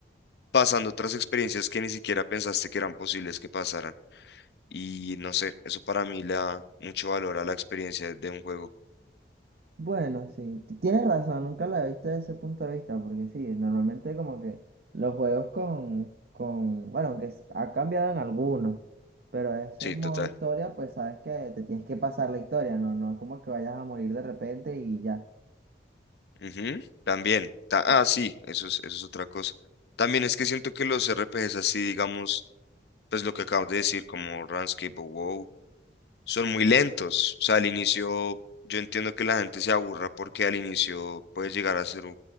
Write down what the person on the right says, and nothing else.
Bueno, sí. t- Tienes razón, nunca la he visto desde ese punto de vista, porque sí, normalmente como que los juegos con, con, bueno, aunque s- ha cambiado en algunos, pero ese
modo
historia, pues sabes que te tienes que pasar la historia, no, no es como que vayas a morir de repente y ya.
<laughs>